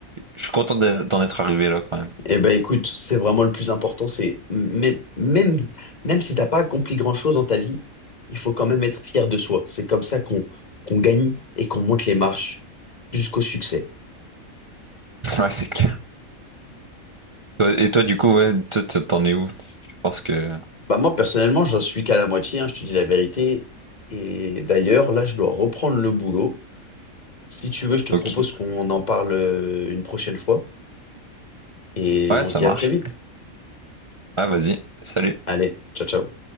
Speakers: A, on the right; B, on the left.
A: je suis content d'en d'en être arrivé là quand même.
B: Eh ben écoute, c'est vraiment le plus important, c'est même, même, même si t'as pas accompli grand-chose dans ta vie, il faut quand même être fier de soi. C'est comme ça qu'on qu'on gagne et qu'on monte les marches jusqu'au succès.
A: <laughs> Ouais, c'est clair. Toi- Et toi, du coup, ouais, toi, t- t'en es où? Je pense que,
B: Bah moi personnellement, j'en suis qu'à la moitié, hein, je te dis la vérité. Et d'ailleurs, là, je dois reprendre le boulot. Si tu veux, je te
A: ok.
B: propose qu'on en parle euh, une prochaine fois et
A: Ouais,
B: on
A: ça
B: se dit
A: marche.
B: à très vite.
A: Ah, vas-y. Salut.
B: Allez, ciao, ciao.